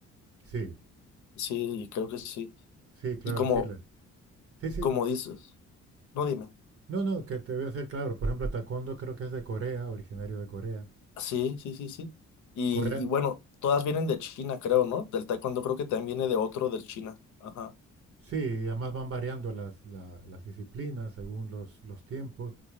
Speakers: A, on the right (about 50°); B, on the left (about 75°).
A: Sí,
B: Sí, y creo que sí.
A: sí, claro,
B: Y como,
A: sí. le- Sí, sí.
B: como dices, no dime.
A: No, no, que te voy a decir claro. Por ejemplo, el taekwondo creo que es de Corea, originario de Corea.
B: Sí, sí, sí, sí. Y,
A: Corea,
B: y bueno, todas vienen de China, creo, ¿no? Del taekwondo creo que también viene de otro del China. Ajá.
A: Sí, además van variando las, la- las disciplinas según los, los tiempos.